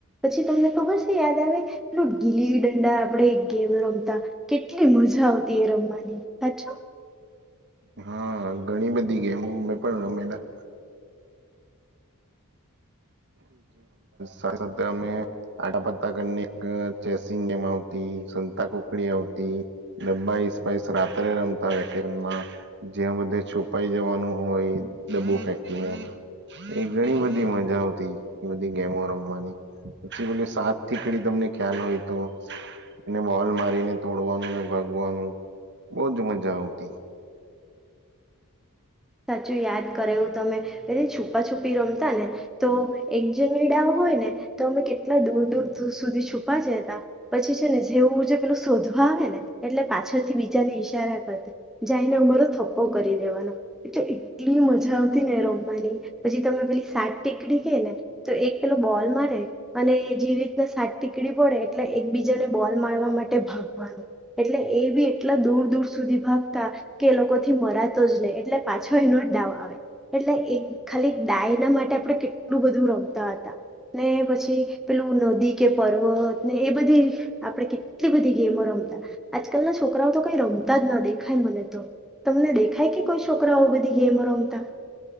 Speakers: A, in the centre; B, on the right.
A: પછી તમને ખબર છે. યાદ આવે એલ ગીલી ડંડા આપડે ગેમ રમતા કેટલી મજા આવતી એ રમવા. સાચો.
B: હા ઘણી બધી ગેમો અમે પણ રમેલા. સાથે અમે આડા પતા ગને ગ અ ચેસિંગ ગેમ આવતી, સંતા કુકડી આવતી ડબ્બાઈપીસ રાત્રે રમતા <unintelligible> વશ જ્યાં બધે છુપાઈ જવાનું હોય ડબ્બ ફેકીને એ ઘણી બધી મજા આવતી. તી બધી ગેમો રમવાની પછી સાત થીકડી તમને ખ્યાલ હોય તો ને બોલ મારીને તોડવાનું ને ભાગવાનું બહજ મજા આવતી.
A: સાચું યાદ કરેલું તમે <unintelligible> છુપાછુપી રમતા ને તો એક જને ડાવ હોય ને તો અમે કેટલા દૂર દૂર દૂર સુધી છુપા જતા પછી છે ને જેવું પેલું શોધવા આવે ને એટલે પાછળ થી બીજા ને ઈશારા કરતા જઈને ઉમારો થપ્પો કરી દેવાનો. એટલે એટલી મજા આવતી ને એ રોમવાની પછી તમે પેલી સાત ટીકડી કે ને તો એક પેલો બોલ મારે અને જે રીતના સાત ટીકડી પડે એટલે એકબીજાને બોલ મારવા માટે ભાગવાનું. એટલે એ બી એટલા દૂર દૂર સુધી ભાગતા કે લોકો થી મરાતો જ નય. એટલે પાછો એનો જ ડાવ આવે એટલે એક ખાલી ડાયના માટે આપણે કેટલું બધું રમતા હતા ને પછી પેલું નદી કે પર્વત ને એ બધી આપણે કેટલી બધી ગેમો રમતા આજકાલના છોકરાઓ તો કઈ રમતા જ ન દેખાય મને તો. તમને દેખાય કે કોઈ છોકરાઓ બધી ગેમ રમતા?